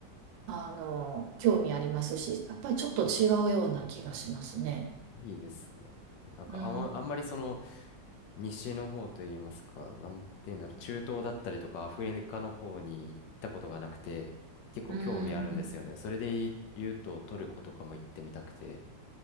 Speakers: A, on the right; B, on the left.
A: あの、興味ありますし、やっぱりちょっと違うような気がしますね。
B: いいですね。なんか、
A: うん。
B: あま、あんまりその、西の方といいますか、なんて言うんだろう、中東だったりとか、アフリカの方に行ったことがなくて、結構興味あるんですよね。
A: うん。
B: それで言うと、トルコとかも行ってみたくて。